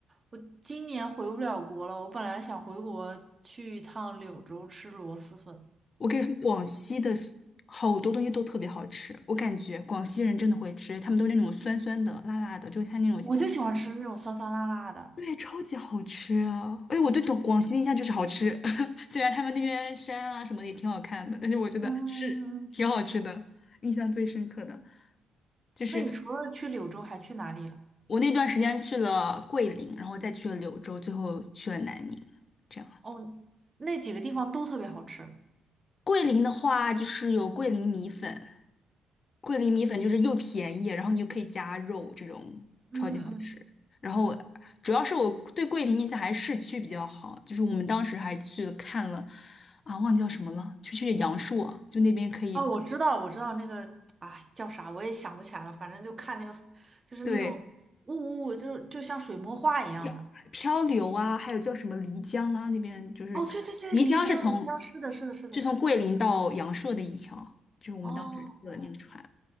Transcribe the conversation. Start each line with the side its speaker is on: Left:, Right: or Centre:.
Right: 我今年回不了国了。我本来想回国去一趟柳州吃螺蛳粉，
Left: 我可以说广西的 s- 好多东西都特别好吃。我感觉广西人真的会吃，他们都是那种酸酸的、辣辣的，就像那种。
Right: 我就喜欢吃那种酸酸辣辣的。
Left: 对，超级好吃啊！哎，我对广广西的印象就是好吃，<laughs> 虽然他们那边山啊什么的也挺好看的，但是我觉得是挺好吃的，
Right: 嗯。嗯
Left: 印象最深刻的就是
Right: 那你除了去柳州，还去哪里了？
Left: 我那段时间去了桂林，然后再去了柳州，最后去了南宁。这样。
Right: 哦，那几个地方都特别好吃。
Left: 桂林的话，就是有桂林米粉，桂林米粉就是又便宜，
Right: 天
Left: 然后你又可以加肉，这种超级好吃。
Right: 嗯嗯嗯，
Left: 然后我主要是我对桂林印象还是市区比较好，就是我们当时还去了看了，啊，忘记叫什么了，就去阳朔，就那边可以
Right: 哦，我知道，我知道那个，哎，叫啥我也想不起来了。反正就看那个，就是那种雾雾，
Left: 对
Right: 就是就像水墨画一样的。
Left: 漂漂流啊，还有叫什么漓江啊，那边就是从漓江是从
Right: 哦，对对对，漓江，漓江，是的，是的，是的，
Left: 是从桂林到阳朔的一条，
Right: 是的。
Left: 就是我们当时坐的那个船。
Right: 哦